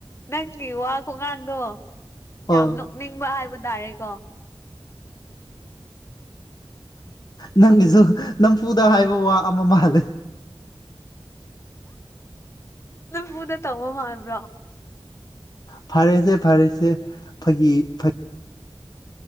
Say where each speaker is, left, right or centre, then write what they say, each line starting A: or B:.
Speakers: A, on the left; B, on the left.
A: ꯅꯪꯒꯤ ꯋꯥ ꯈꯣꯡꯒꯥꯡꯗꯣ ꯌꯥꯝ
B: ꯑꯣ
A: ꯅꯣꯛꯅꯤꯡꯕ ꯍꯥꯏꯕ ꯇꯥꯔꯦꯀꯣ
B: ꯅꯪꯒꯤꯁꯨ ꯅꯝꯐꯨꯗ ꯍꯥꯏꯕ ꯋꯥ ꯑꯃ ꯃꯥꯜꯂꯦ
A: ꯕꯨꯗ ꯇꯉꯣ ꯃꯥꯕ꯭ꯔꯣ
B: ꯐꯔꯦꯁꯦ ꯐꯔꯦꯁꯦ ꯐꯒꯤ